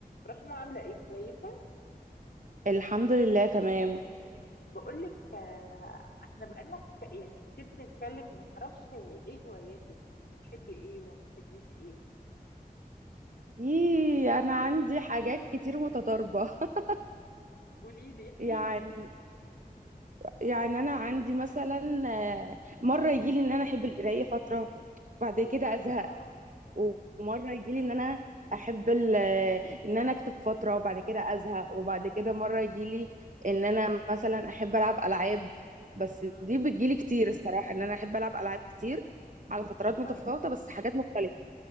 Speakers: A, on the left; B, on the right.
A: رحمة عاملة ايه كويسة
B: الحمد لله تمام
A: بقولك آه، احنا بقالنا ك- يعني كتير بنتكلم ومعرفش ايه هواياتك بتحبي ايه وما بتحبيش ايه
B: ايه انا عندي حاجات كتير متضاربه <laughs>
A: قوليلي احكيلي
B: يعني يعني انا عندي مثلا آه، مره يجي لي ان انا احب القرايه فتره بعد
A: اوه
B: كده ازهق
A: اه
B: ومره يجي لي ان انا احب ال- آه، ان انا اكتب فتره وبعد كده ازهق وبعد كده مره يجي لي ان انا مثلا احب العب العاب بس دي
A: امم
B: بتجيلي كتير الصراحه ان انا احب العب العاب كتير على فترات متفاوته
A: آه.
B: بس حاجات مختلفه